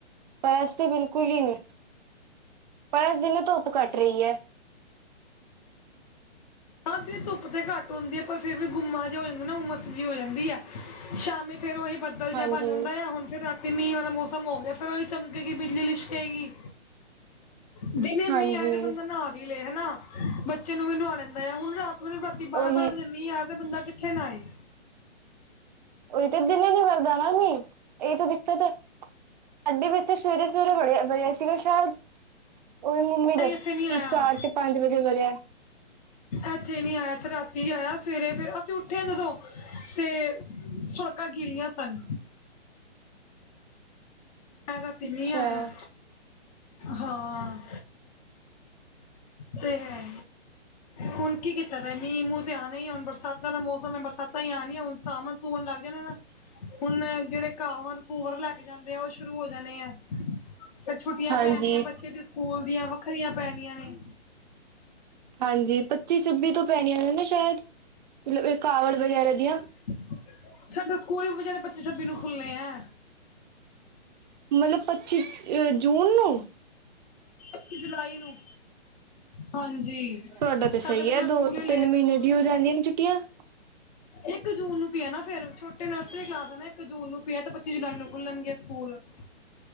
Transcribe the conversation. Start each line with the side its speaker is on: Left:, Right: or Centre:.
Right: ਪਰ ਅੱਜ ਤੇ, ਬਿਲਕੁਲ ਹੀ ਨੀ, ਪਰ ਅੱਜ ਦਿਨੇ ਧੁੱਪ ਘੱਟ ਰਹੀ ਹੈ।
Left: ਹਾਂ, ਧੁੱਪ ਤੇ ਘੱਟ ਹੁੰਦੀ ਹੈ। ਪਰ ਫੇਰ ਵੀ ਗੁੰਮਾ ਜਿਹਾ ਹੋ ਜਾਂਦਾ ਨਾ, ਉਮਸ ਜਿਹੀ ਹੋ ਜਾਂਦੀ ਹੈ। ਸ਼ਾਮੀ, ਫੇਰ ਉਹੀ ਬੱਦਲ ਜਿਹਾ
Right: ਹਾਂਜੀ,
Left: ਬਣ ਜਾਂਦਾ ਆ, ਹੁਣ ਫੇਰ ਰਾ ਤੀ, ਮੀਂਹ ਵਾਲਾ ਮੌਸਮ ਹੋ ਗਿਆ, ਫੇਰ ਉਹ ਹੀ ਚਮਕੇਗੀ ਬਿਜਲੀ ਲਿਸ਼ਕੇਗੀ। ਦਿਨੇ ਮੀਂਹ
Right: ਹਾਂਜੀ
Left: ਆਏ ਤੇ, ਬੰਦਾ ਨਹਾ ਵੀ ਲਏ, ਹਨਾ ਬੱਚੇ ਨੂੰ ਵੀ ਨਵਾ ਲੈੰਦਾ ਆ, ਹੁਣ ਰਾਤ ਨੂੰ ਨੀ ਬਾਰਾਂ
Right: ਉਹੀ
Left: ਬਾਰਾਂ ਵਜੇ ਮੀਂਹ ਆ ਤੇ ਬੰਦਾ ਕਿੱਥੇ ਨਾਂਏ,,,
Right: ਉਹੀ ਤੇ ਦਿਲ ਹੀ ਨਹੀ ਕਰਦਾ ਨਾ ਜੀ ਇਹ ਤਾਂ ਦਿੱਕਤ ਹੈ। ਸਾਡੇ ਵੀ ਇੱਥੇ ਸਵੇਰੇ ਸਵੇਰੇ ਵੜਿਆ ਬਰਿਆ ਸੀਗਾ ਸ਼ਾਇਦ ਉਹਹੀ ਮੀਹ
Left: ਨਹੀਂ
Right: ਦੱਸਿਆ
Left: ਇੱਥੇ ਨਹੀਂ ਆਇਆ
Right: ਚਾਰ ਤੇ ਪੰਜ ਵਜੇ ਵਰਿਆ
Left: ਇੱਥੇ ਨੀ ਆਇਆ ਤੇ ਰਾਤੀ ਆਇਆ ਸਵੇਰੇ ਫੇਰ ਅਸੀਂ ਉੱਠੇ ਹਾਂ ਜਦੋਂ ਤੇ ਸੜਕਾਂ ਗੀਲੀਆਂ ਸਨ ਤਾ ਰਾਤੀ ਮੀਂਹ
Right: ਅੱਛਾ
Left: ਆਇਆ। ਹਾਂ ਤੇ ਹੈ ਹੁਣ ਕੀ ਕੀਤਾ ਜਾਏ ਮੀਂਹ ਮੂੰਹ ਤੇ ਆਣੇ ਹੀ ਹੁਣ ਬਰਸਾਤਾਂ ਦਾ ਮੌਸਮ ਹੈ ਬਰਸਾਤਾਂ ਹੀ ਆਉਣੀਆਂ ਹੁਣ ਸਾਵਣ ਸੂਵਣ ਲੱਗ ਜਾਣਾ ਨਾ ਹੁਣ ਇਹ ਜਿਹੜੇ ਘਾਵਰ ਘੂਵਰ ਲੈ ਕੇ ਜਾਂਦੇ ਆ ਉਹ ਸ਼ੁਰੂ ਹੋ ਜਾਣੇ ਆ ਫਿਰ ਛੁੱਟੀਆਂ
Right: ਹਾਂਜੀ
Left: ਪੈਣੀਆਂ ਬੱਚੇ ਦੀ ਸਕੂਲ ਦੀਆਂ ਵੱਖਰੀਆਂ ਪੈਣੀਆਂ ਨੇ
Right: ਹਾਂਜੀ, ਪੱਚੀ ਛੱਬੀ ਤੋਂ ਪੈਣੀਆਂ ਨੇ ਨਾ ਸ਼ਾਇਦ ਮਤਲਬ ਇਹ ਕਾਵੜ ਵਗੈਰਾ ਦੀਆਂ
Left: ਸਾਡਾ ਸਕੂਲ ਹੀ ਬੱਚਿਆ ਦੇ ਪੱਚੀ ਛੱਬੀ ਨੂੰ ਖੁੱਲਣੇ ਹੈ।
Right: ਮਤਲਬ ਪੱਚੀ ਅ ਜੂਨ ਨੂੰ?
Left: ਇਕੀ ਜੁਲਾਈ ਨੂੰ ਹਾਂਜੀ।
Right: ਤੁਹਾਡਾ ਤੇ
Left: ਸਾਡੇ
Right: ਸਹੀ
Left: ਬੱਚੇ
Right: ਹੈ
Left: ਤਾਂ ਸਕੂਲ
Right: ਦੋ
Left: ਹੀ
Right: ਤਿੰਨ
Left: ਲੇਟ
Right: ਮਹੀਨੇ
Left: ਖੋਲਣੇ
Right: ਦੀ ਹੋ ਜਾਂਦੀਆਂ
Left: ਆ।
Right: ਨੇ ਛੁੱਟੀਆਂ।
Left: ਇੱਕ ਜੂਨ ਨੂੰ ਪਇਆ ਨਾ ਫੇਰ ਛੋਟੇ ਨਰਸਰੀ ਕਲਾਸ ਹੈ ਨਾ ਇੱਕ ਜੂਨ ਨੂੰ ਪਇਆ ਤੇ ਪੱਚੀ ਜੁਲਾਈ ਨੂੰ ਖੁੱਲਣਗੇ ਸਕੂਲ <inaudible>